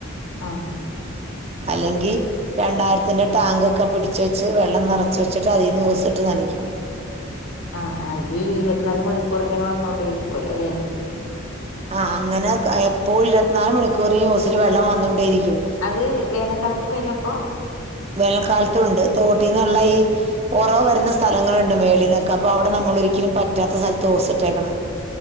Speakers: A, on the left (about 70°); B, on the right (about 30°).
A: ആഹ്
B: അല്ലെങ്കി രണ്ടായിരത്തിന്റെ ടാങ്ക് ഒക്കെ പിടിച്ച് വെച്ച് വെള്ളം നിറച്ച് വച്ചിട്ട് അതിൽന്ന് ഹോസിട്ട് നനക്കും.
A: ആഹ് ആഹ് ഈ ഇരുവത്ത്നാല് മണിക്കൂറും ഇങ്ങനെ വന്നോണ്ടെ ഇരിക്കുവല്ലോ അല്ലെ
B: ആഹ് അങ്ങനെക്കെ എപ്പോഴും ഇരുപത്തിനാല് മണിക്കൂർ ഈ ഹോസില് വെള്ളം വന്നോണ്ടേ ഇരിക്കും.
A: അത് വേനൽക്കാലത്ത് വരോ അപ്പൊ
B: വേനൽക്കാലത്തുണ്ട് തോട്ടിന്നുള്ള ഈ
A: ആ
B: ഒറവ വരുന്ന സ്ഥലങ്ങളുണ്ട് മേളിൽന്നൊക്കെ അപ്പൊ അവിടെ നമ്മള് ഒരിക്കലും പറ്റാത്ത സ്ഥലത്ത് ഓസിട്ടേക്കണേ.